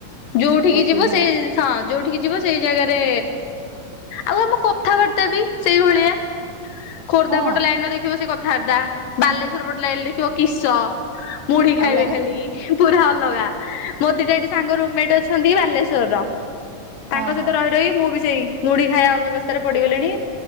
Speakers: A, on the left (about 80°); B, on the right (about 60°).
A: ଯୋଉଠିକି
B: ପ୍ରସିଦ୍ଧ
A: ଯିବ ସେ ହଁ ଯୋଉଠିକି ଯିବ ସେଇ ଜାଗାରେ ଆଉ ଆମ କଥାବାର୍ତ୍ତା ବି ସେଇ ଭଳିଆ। ଖୋର୍ଦ୍ଧା
B: ହଁ
A: ପଟ ଲାଇନ୍ ର ଦେଖିବ ସେ କଥାବାର୍ତ୍ତା ବାଲେଶ୍ୱର ପଟ ଲାଇନ୍ ଲେଖିବ କିସ। ମୁଢ଼ି ଖାଇବେ
B: ଅଲଗା
A: ଖାଲି ପୁରା ଅଲଗା। ମୋର ଦିଟା ଏଠି ସାଙ୍ଗ ରୁମମେଟ୍ ଅଛନ୍ତି ବାଲେଶ୍ଵରର ତାଙ୍କ
B: ହଁ
A: ସହିତ
B: ହଁ
A: ରହି ରଇ ମୁଁ ବି ସେଇ ମୁଢ଼ି ଖାଇବା ଅବେସ୍ଥାରେ ପଡି଼ଗଲିଣି